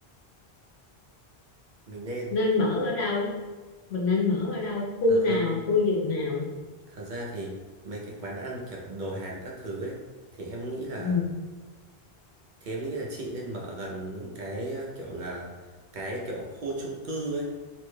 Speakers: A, on the right; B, on the left.
A: mình nên
B: nên mở ở đâu mình nên mở ở đâu khu
A: thật ra
B: nào khu vực nào
A: thật ra thì mấy cái quán ăn kiểu đồ Hàn các thứ ấy thì em nghĩ là
B: ừ.
A: thì em nghĩ là chị nên mở gần những cái ờ, kiểu là cái kiểu khu chung cư ấy